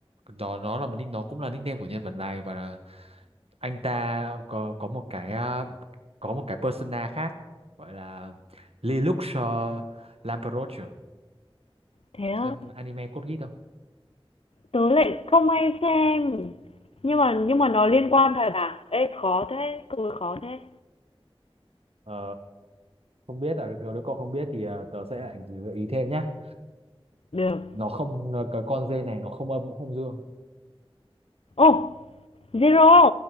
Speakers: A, on the right; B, on the left.
A: nó nó là một nick- nó cũng là nickname của nhân vật này và là anh ta có có một cái ờ, có một cái persona khác gọi là Lelouch uh, Lamperouche.
B: thế
A: Cậu
B: á,
A: xem anime Code Geass không?
B: tớ lại không hay xem. Nhưng mà nhưng mà nó liên quan thật à? Ê khó thế, cười khó thế.
A: Ờ, không biết à nếu cậu không biết thì ờ, tớ sẽ lại gợi ý thêm nhá
B: Được.
A: nó không ờ, cái con dê này nó không âm cũng không dương
B: Ô, zero.